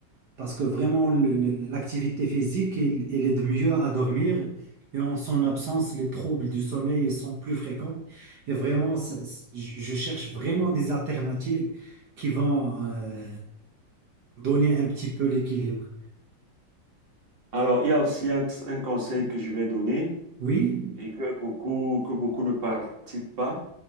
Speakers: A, on the right; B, on the right.
A: Parce que vraiment, le- le- l'activité physique, elle, elle aide mieux à dormir. Et en son absence, les troubles du sommeil sont plus fréquents. Et vraiment, ça- c'est- je je cherche vraiment des alternatives qui vont euh, donner un petit peu l'équilibre.
B: Alors, il y a aussi un, un conseil que je vais donner.
A: Oui,
B: et que beaucoup, que beaucoup ne pratiquent pas.